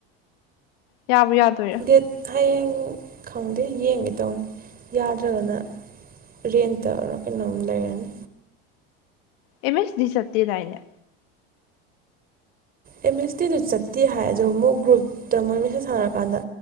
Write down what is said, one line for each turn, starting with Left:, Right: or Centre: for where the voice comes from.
Left: ꯌꯥꯎ ꯌꯥꯗꯣꯏ
Right: ꯗꯦꯠ ꯍꯌꯦꯡ ꯈꯪꯗꯦ ꯌꯦꯡꯒꯦ ꯇꯧꯅꯤ ꯌꯥꯗ꯭ꯔꯒꯅ ꯔꯦꯟꯦꯟ ꯇꯔꯛ ꯀꯩ ꯅꯍꯝ ꯂꯩꯒꯔꯅꯤ
Left: ꯑꯦꯝ ꯑꯦꯁ ꯗꯤ ꯆꯠꯇꯦꯗꯥꯏꯅꯦ
Right: ꯑꯦꯝ ꯑꯦꯁ ꯇꯗꯤꯗꯨ ꯆꯠꯇꯦ ꯍꯥꯏ ꯑꯣ ꯃꯨꯛ ꯒ꯭ꯔꯨꯞꯇ ꯃꯣꯏ ꯃꯦꯁꯦꯖ ꯁꯥꯟꯅꯔꯀꯥꯟꯗ